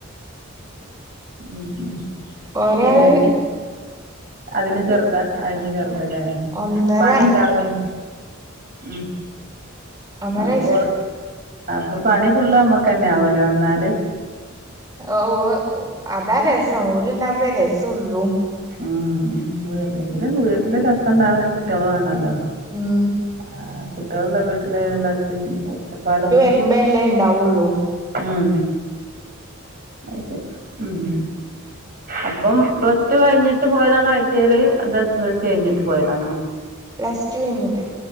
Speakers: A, on the right; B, on the right.
A: ഉം ഉം
B: ഒരാള്
A: ഇല്ലെങ്കി അതിലും ചെറുതാ അതിലും ചെറുത് ലേ
B: ഒന്നര
A: പണിണ്ടാവും ഉം
B: ഒന്നര
A: അപ്പോൾ
B: വയസ്സ്
A: അപ്പൊ പണി ഫുള്ള് അമ്മക്കെന്നെ ആവുലേ വന്നാല്
B: ഔവ് അതാ രസം ഓലുണ്ടാകുമ്പയേ രസം ഒള്ളൂ
A: ഉം അല്ലെങ്കിലും വീട്ടില് രസംണ്ടാവണേ കുട്ട്യള് വാണല്ലോ
B: ഉം
A: ആഹ് കുട്ട്യള് ള്ളെ വീട്ടില് ഇള്ളൊച്ചിം ഒച്ചപ്പാടും
B: ഇമ്മെല്ലേ ഇണ്ടാവൊള്ളൂ
A: ഉം അത് ശരി ഉം അപ്പം പ്ലസ് ടു കഴിഞ്ഞിട്ട് പോയതാണോ ഐ ടി ഐല് അതോ എസ് എസ് എൽ സി കഴിഞ്ഞിട്ട് പോയതാണോ
B: പ്ലസ് ടു കഴിഞ്ഞിട്ട്